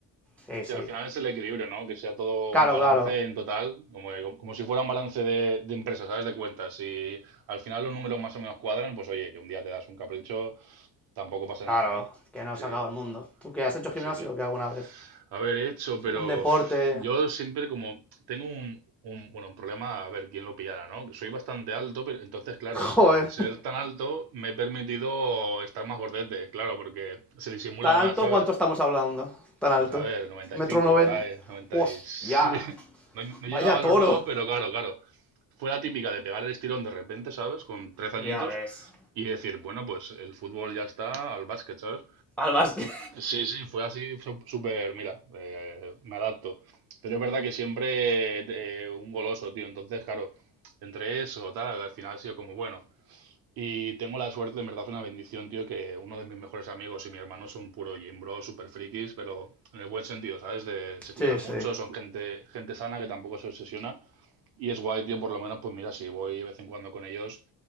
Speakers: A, in the centre; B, on the right (about 65°).
A: Sí,
B: Sí,
A: sí.
B: al final es el equilibrio, ¿no? Que sea todo
A: Claro,
B: un balance
A: claro.
B: en total, como, que- como si fuera un balance de, de empresas, ¿sabes? De cuentas. Si al final los números más o menos cuadran, pues oye, que un día te das un capricho, tampoco pasa
A: Claro.
B: nada, ¿no?
A: Que no
B: Sí,
A: se acaba el mundo. ¿Tú qué has hecho
B: pues
A: gimnasio
B: sí, tío.
A: o qué alguna vez?
B: A ver, he hecho, pero
A: Un deporte.
B: uf, yo siempre como tengo un, un- bueno, un problema, a ver quién lo pillara, ¿no? Soy bastante alto, pero entonces, claro,
A: <laughs>
B: al
A: Joder.
B: ser tan alto me he permitido estar más gordete, claro, porque se disimula
A: ¿Tan
B: más,
A: alto
B: ¿sabes?
A: cuánto estamos hablando? Tan alto.
B: Pues a ver, 95
A: Metro noventa.
B: por ahí, 90
A: ¡Hostia!
B: y- sí. <laughs> No, no
A: Vaya
B: llegaba a
A: toro.
B: los dos, pero claro, claro. Fue la típica de pegar el estirón de repente, ¿sabes? Con 13
A: Ya
B: añitos
A: ves.
B: y decir, bueno, pues el fútbol ya está al básquet, ¿sabes?
A: Al básquet.
B: Sí, sí, fue así, su- súper, mira, eh, me adapto. Pero es verdad que siempre eh, un goloso, tío. Entonces, claro, entre eso, tal, al final ha sido como, bueno, y tengo la suerte, en verdad, una bendición, tío, que uno de mis mejores amigos y mi hermano son puro gym bro, super frikis, pero en el buen sentido, ¿sabes? De, se cuidan
A: Sí,
B: mucho,
A: sí.
B: son gente, gente sana que tampoco se obsesiona. Y es guay, tío, por lo menos, pues mira, si voy de vez en cuando con ellos,